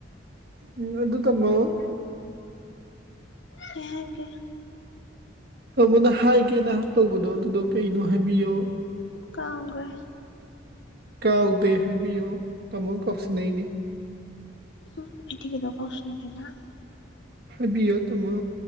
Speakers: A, on the right; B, on the left.
A: ꯎꯝ ꯑꯗꯨ ꯇꯥꯃꯣ
B: ꯊꯍꯒꯤꯦ
A: ꯀꯥꯃꯣꯅ ꯍꯥꯏꯒꯦꯅ ꯇꯧꯕꯗꯣ ꯑꯗꯨꯗꯣ ꯀꯩꯅꯣ ꯍꯥꯏꯕꯤꯌꯣ
B: ꯀꯥꯎꯥꯎꯒ
A: ꯀꯥꯎꯗꯦ ꯍꯥꯏꯕꯤꯌꯣ ꯇꯃ ꯀꯧꯁꯤꯅꯥꯏꯅꯦ
B: ꯎꯝ ꯏ ꯊꯒꯗꯣ ꯀꯁꯅ ꯂꯩꯦꯅ
A: ꯍꯥꯏꯕꯤꯌꯣ ꯇꯃꯣ